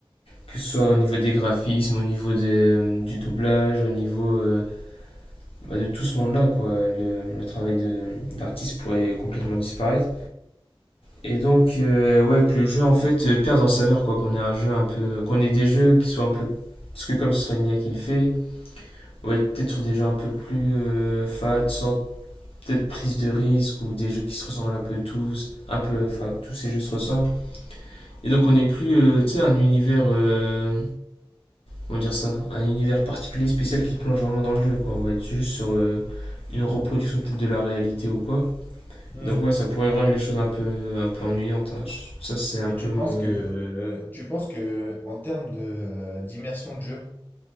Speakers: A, on the left (about 85°); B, on the left (about 20°).
A: que ce soit au niveau des graphismes, au niveau des- du doublage, au niveau euh, bah, de tout ce monde-là, quoi. Le, le travail de- d'artiste pourrait complètement disparaître. Et donc, euh, ouais, que le jeu en fait euh, perde en saveur, quoi. Qu'on ait un jeu un peu. Qu'on ait des jeux qui soient un peu. Parce que comme ce serait une IA qui le fait, ouais, peut-être sur des jeux un peu plus euh, fat, sans peut-être prise de risque, ou des jeux qui se ressemblent un peu tous, un peu. Enfin, tous ces jeux se ressemblent. Et donc, on n'est plus, euh, tu sais, un univers. euh, comment dire ça Un univers particulier, spécial qui te plonge vraiment dans le jeu, quoi. On va être juste sur euh, une reproduction peut-être de la réalité ou quoi.
B: Hmm.
A: Donc, ouais, ça pourrait rendre les choses un peu, un peu ennuyantes. hein. Je- Ça, c'est un
B: Et
A: peu
B: tu
A: mon.
B: penses que tu penses que en termes de euh, d'immersion de jeu,